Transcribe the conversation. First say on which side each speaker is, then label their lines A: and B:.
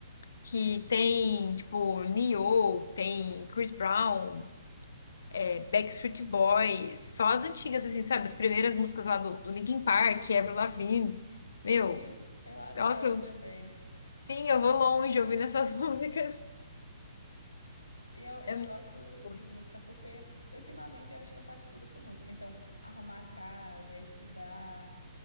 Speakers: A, on the left; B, on the left.
A: que tem, tipo, Neo, tem Chris Brown, é, Backstreet Boys, só as antigas, assim, sabe? As primeiras músicas lá do, do Linkin Park, Avril Lavigne. Meu,
B: Sim, eu adoro
A: nossa,
B: também.
A: Sim, eu vou longe ouvindo essas <laughs> músicas.
B: E eu, eu
A: É muito.
B: gosto
A: gostoso.
B: de música porque ultimamente eu acho que eu faço tudo com música. Então, arrumar a casa, estudar,